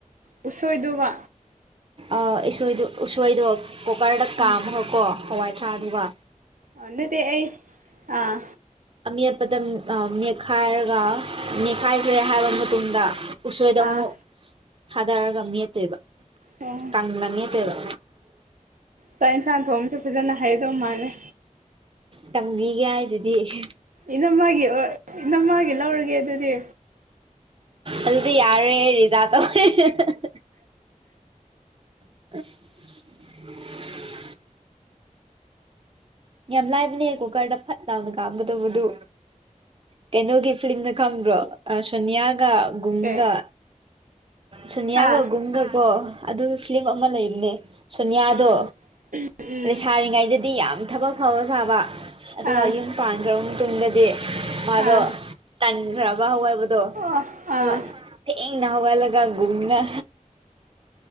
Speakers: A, on the right; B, on the right.
A: ꯎꯁꯣꯏꯗꯨꯕ
B: ꯑꯥ ꯏꯁꯣꯏꯗꯣ ꯎꯁꯣꯏꯗꯣ ꯀꯨꯀꯔꯗ ꯀꯥꯝꯃꯒꯀꯣ
A: ꯎꯝ
B: ꯍꯋꯥꯏ ꯁꯥꯥꯗ ꯋꯥ
A: ꯍꯥ ꯅꯗꯤ ꯑꯩ ꯑꯥ
B: ꯑꯥꯃꯦꯠꯄꯗ ꯎꯝ ꯑꯝ ꯅꯦꯠꯈꯥꯏꯔꯒ ꯅꯦꯠꯈꯥꯏꯈ꯭ꯔꯦ ꯍꯥꯏꯕ ꯃꯇꯨꯡꯗ ꯎꯁꯣꯏꯗ
A: ꯑꯥ
B: ꯑꯃꯨꯛ ꯊꯥꯗꯔꯒ ꯃꯦꯠꯇꯣꯏꯕ
A: ꯑꯣ
B: ꯀꯪꯂ ꯃꯦꯠꯇꯣꯏꯕ
A: ꯆꯥꯛ ꯌꯦꯟꯁꯥꯡ ꯊꯣꯡꯁꯨ ꯐꯖꯅ ꯍꯩꯗꯧ ꯃꯥꯜꯂꯦ
B: ꯇꯝꯕꯤꯒꯦ ꯍꯥꯏꯗꯨꯗꯤ
A: ꯏꯅꯝꯃꯒꯤ ꯑꯣ ꯏꯅꯝ ꯃꯥꯒꯤ ꯂꯧꯔꯒꯦ ꯑꯗꯨꯗꯤ
B: ꯑꯗꯨꯗꯤ ꯌꯥꯔꯦ ꯔꯤꯖꯥ ꯇꯧꯔꯦ ꯍꯦꯍꯦꯍꯦ <unintelligible> ꯌꯥꯝ ꯂꯥꯏꯕꯅꯦ ꯀꯨꯀꯔꯗ ꯐꯠ ꯂꯥꯎꯅ ꯀꯥꯝꯒꯗꯧꯕꯗꯨ ꯀꯩꯅꯣꯒꯤ ꯐꯂꯤꯝꯗꯣ ꯈꯪꯕ꯭ꯔꯣ ꯑꯥ ꯁꯣꯅꯤꯌꯥꯒ ꯒꯨꯡꯒ
A: ꯑꯦ
B: ꯁꯨꯅ꯭ꯌꯥꯒ
A: ꯍꯥ
B: ꯒꯨꯡꯒ ꯀꯣ ꯑꯗꯨꯒꯤ ꯐ꯭ꯂꯤꯝ ꯑꯃ ꯂꯩꯕꯅꯦ ꯁꯣꯅꯤꯌꯥꯗꯣ
A: ꯑꯥ ꯎꯝ
B: ꯂꯩꯁꯥꯔꯤꯉꯩꯗꯗꯤ ꯌꯥꯝ ꯊꯕꯛ ꯐꯕ ꯁꯥꯕ ꯑꯗꯨꯒ
A: ꯑꯥ
B: ꯌꯨꯝ ꯄꯥꯟꯈ꯭ꯔꯕ ꯃꯇꯨꯡꯗꯗꯤ ꯃꯥꯗꯣ
A: ꯑꯥ
B: ꯇꯟꯈ꯭ꯔꯕ ꯍꯋꯥꯕꯗꯣ
A: ꯑꯣ
B: ꯑꯗꯨꯒ
A: ꯑꯥ
B: ꯊꯦꯡꯅ ꯍꯧꯒꯠꯂꯒ ꯒꯨꯝꯅ